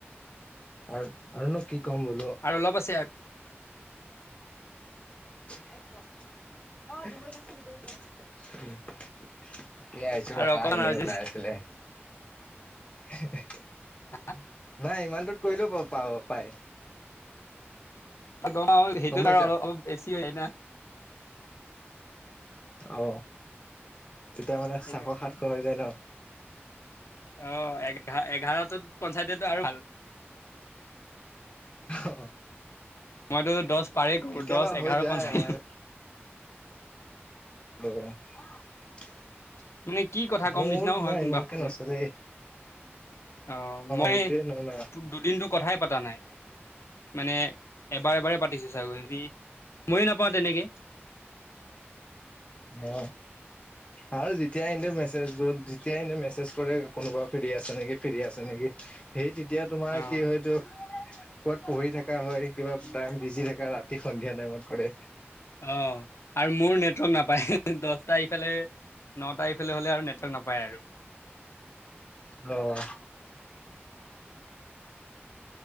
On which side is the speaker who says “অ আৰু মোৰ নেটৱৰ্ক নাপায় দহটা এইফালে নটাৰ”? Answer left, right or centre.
Left